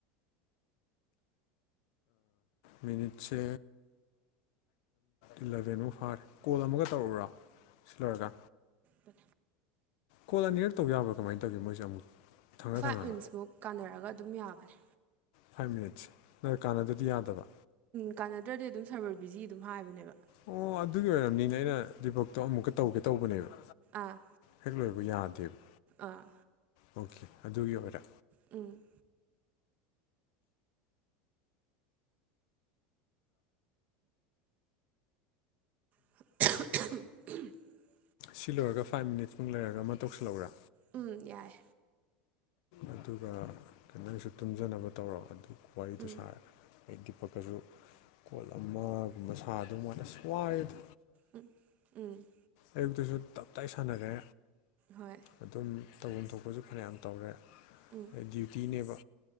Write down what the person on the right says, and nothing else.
ꯑꯗꯨ ꯊ
ꯐꯥꯏꯚ
ꯃꯤꯅꯤꯠꯁꯃꯨꯛ ꯀꯥꯟꯅꯔꯒ ꯑꯗꯨꯝ ꯌꯥꯕꯅꯦ
ꯀꯀꯥꯟꯅꯗ꯭ꯔꯗꯤ ꯑꯗꯨꯝ ꯁꯔꯕꯔ ꯕꯤꯖꯤ ꯑꯗꯨꯝ ꯍꯥꯏꯕꯅꯦꯕ
ꯑꯥ
ꯑꯥ
ꯎꯝ <unintelligible>
ꯎꯝ ꯌꯥꯏ
ꯎꯝ
ꯎꯝ ꯎꯝ
ꯍꯣꯏ
ꯎꯝ